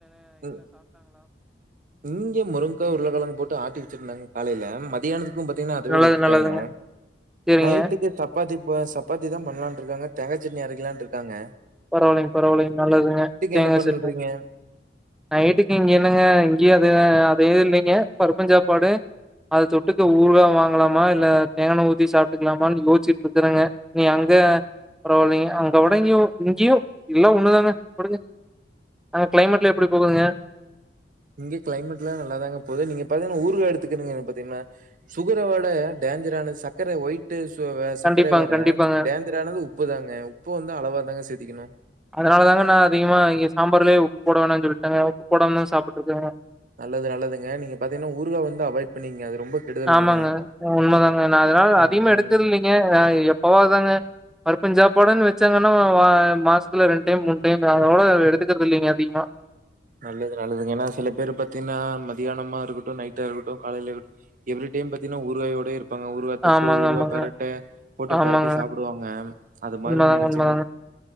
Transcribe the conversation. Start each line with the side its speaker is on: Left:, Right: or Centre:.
Right: உம் இஞ்சி முருங்ககா உருளக்கெளங்கு போட்டு ஆட்டி வெச்சிர்ந்தாங்க காலையில மதியானதுக்கு பாத்தீங்கனா அதுவே
Centre: நல்லது
Right: விட்டுடாங்க
Centre: நல்லதுங்க சேரிங்க
Right: நைட்டுக்கு சப்பாத்தி இப்ப சப்பாத்தி தா பண்லான்ருக்காங்க தேங்காய் சட்னி அரைக்கலான்ருக்காங்க
Centre: பரவாயில்லைங்க பரவாயில்லைங்க நல்லதுங்க தேங்கா
Right: என்ன பண்றீங்க
Centre: சட்னி நைட்டுக்கு இங்கே என்னங்க இங்கேயே அது அதேது இல்லைங்க பருப்புஞ்சாப்பாடு அத தொட்டுக்க ஊருகா வாங்கலாமா இல்லை தேங்கனை ஊற்றி சாப்பிட்டுக்கலாமான்னு யோசிசிட்டு இருக்கேங்க நீ அங்கே பரவாயில்லைங்க அங்கே உடங் இங்கேயும் எல்லாம் ஒண்ணுதாங்க கொடுங்க அங்க கிளைமேட்ல எப்படி போகுதுங்க
Right: இங்க கிளைமேட் எல்லாம் நல்லாதாங்க போது நீங்க பாத்தீங்கன்னா ஊரு எடுத்துக்கீங்கன்ன பாத்தீங்கன்னா சுகரோட டேஞ்சரானது சர்கரை ஒயிட்ட சர்க்கரை
Centre: கண்டிப்பாங்க
Right: வேற
Centre: கண்டிப்பாங்க
Right: டேஞ்சரானது உப்பு தாங்க உப்பு வந்து அளவா தாங்க சேத்திக்கணு
Centre: அதனால தாங்க நா அதிகமா இங்க சாம்பார்லயே உப்புபோட வேண்டாம்னு சொல்லிட்டாங்க உப்பு போடாம சாப்பிட்டுட்டு இருக்கே
Right: நல்லது நல்லதுங்க நீங்க பாத்தீங்கன்னா ஊறுகா வந்து அவாய்ட் பண்ணீங்க அது ரொம்ப கெடுதலுங்க
Centre: ஆமாங்க உண்மைதாங்க நான் அதனால
Right: ம்
Centre: அதிகமா
Right: ம்
Centre: எடுக்குறது இல்லைங்க எப்பவாதாங்க பருப்புஞ் சாப்பாடுன்னு வச்சாங்கன்னா மாசத்துல ரெண்டு டைம் மூணு டைம் அதோட எடுத்துக்கறிறது இல்லைங்க அதிகமா
Right: நல்லது நல்லது ஏன்னா சில பேர் பார்த்தீங்கன்னா மத்தியானமா இருக்கட்டும் நைட்டா இருக்கட்டும் காயில இருக்கட்டும் எவரி டைம் பாத்தீங்கன்னா உருவாயோட இரு ஊறுகா தொக்கு
Centre: ஆமாங்க
Right: ஊறுகா
Centre: ஆமாங்க
Right: பெரட்டை போட்டு
Centre: ஆமாங்க
Right: பெரட்டி சாப்பிடுவாங்க அது மாதிரி
Centre: உண்மதாங்க
Right: நினைச்சங்க
Centre: உண்மதாங்க